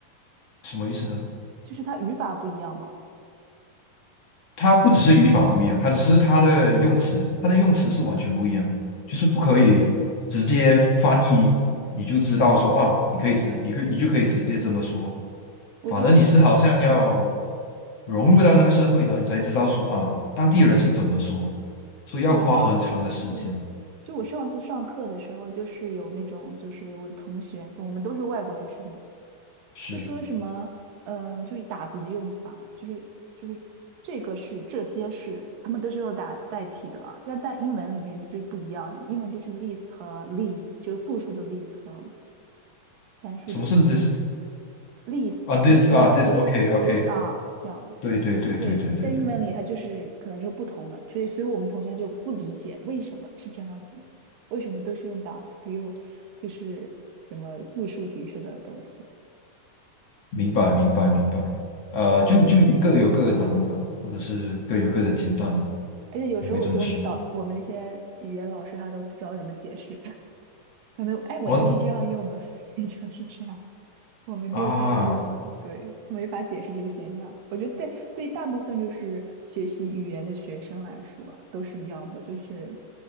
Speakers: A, on the left; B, on the right.
A: 什么意思呢？
B: 就是它语法不一样嘛，
A: 它不只是语法不一样，它只是它的用词，它的用词是完全不一样，就是不可以直接翻译，你就知道说啊，你可以直，你可以，你就可以直接这么说。
B: 我觉得，
A: 反而你是好像要
B: 对。
A: 融入到那个社会，然后你才知道说啊，当地人是怎么说，所以要花很长的时间。
B: 就是我上，对，就我上次上课的时候，就是有那种，就是我的同学，我们都是外国学生嘛，
A: 是，
B: 就说什么，呃，就是打字的用法，就是就是这个是这些是，他们都是用打字代替的嘛，这样但英文里面就是不一样，英文就是 l i s t 和 l i s t 就是复数的 l i s t 和单数的
A: 什么是 list
B: l i s t l i s
A: 啊？this
B: this
A: 啊，this，OK，OK，
B: is this this are 这样。
A: 对对对对对对对，
B: 对，在英文里它就是可能就不同的，所以所以我们同学他就不理解为什么是这样子的，为什么都是用 does 不用就是什么复数形式的东西。
A: 明白明白明白。呃，就就各有各的难的吧，
B: 对，
A: 或者是各有各的简单。
B: 而且有时候我觉得我们导我们那些语言老师他都不知道怎么解释，
A: 我会这么说。
B: <laughs> 可能哎我就是这样用的，
A: 哦
B: 所以就是这样。我们就是这样用的，
A: 啊，
B: 对，他没法解释这个现象。我觉得对，对于大部分就是学习语言的学生来说都是一样的，就是